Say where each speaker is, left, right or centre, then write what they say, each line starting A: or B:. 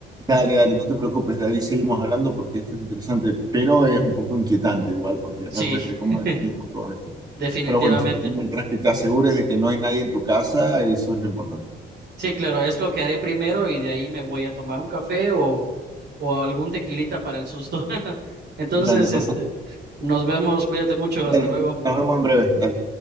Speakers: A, on the right; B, on the right.
A: Dale, dale, no te preocupes, de ahí seguimos hablando porque esto es interesante, pero es un poco inquietante igual, porque
B: Sí,
A: realmente cómo
B: <laughs>
A: definimos todo esto.
B: definitivamente.
A: Pero bueno, mientras que te asegures de que no hay nadie en tu casa, eso es lo importante.
B: Sí, claro, es lo que haré primero y de ahí me voy a tomar un café o, o algún tequilita para el susto. <laughs> Entonces,
A: Dale, perfecto.
B: este, nos vemos, cuídate mucho,
A: Dale,
B: hasta luego.
A: nos vemos en breve. Dale.